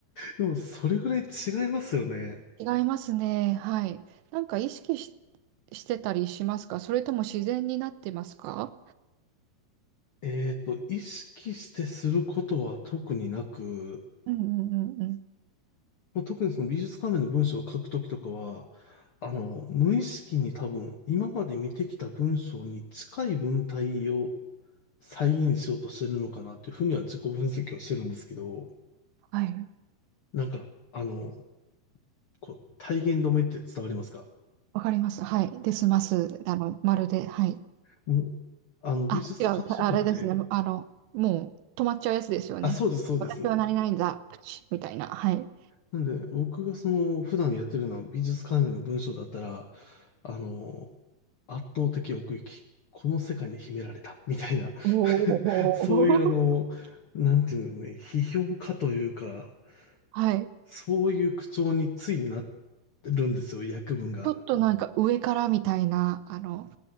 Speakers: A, on the left (about 70°); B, on the right (about 85°).
A: でもそれぐらい違いますよね。
B: 違いますね。はい。なんか意識し、してたりしますかそれとも自然になってますか
A: えっと、意識してすることは特になく、
B: うんうんうんうん。
A: もう特にその美術関連の文章を書くときとかは、あの、無意識に多分今まで見てきた文章に近い文体を再現しようとしてるのかなっていうふうには自己分析をしてるんですけど、
B: はい。
A: なんか、あの、こう、体言止めって伝わりますか
B: わかります。はい。で済ます。あの、まるで。はい。
A: もう、あの、
B: あ、
A: 美術鑑賞文って、
B: 違う。たあれですね。あの、もう止まっちゃうやつですよね。
A: あ、そうです、そうです。
B: 私はなれないんだ。プチッみたいな。はい。
A: なんで、僕がその、普段やってるのは美術関連の文章だったら、あの、圧倒的奥行き。この世界に秘められた。みたいな
B: おお。
A: <laughs> そういうあの、なんていうのね、批評家というか、
B: はい。
A: そういう口調についなってるんですよ、訳文が。
B: ちょっとなんか上からみたいな、あの、